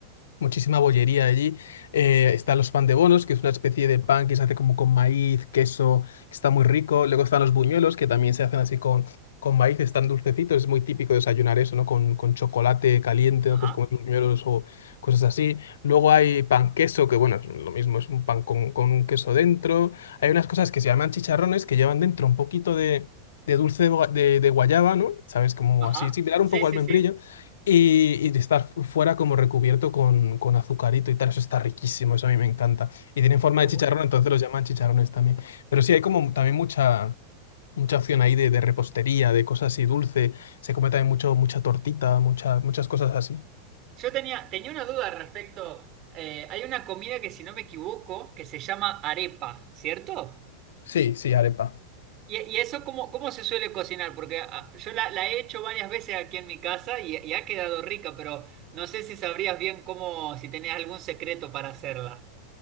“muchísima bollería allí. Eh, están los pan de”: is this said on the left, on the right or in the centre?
Left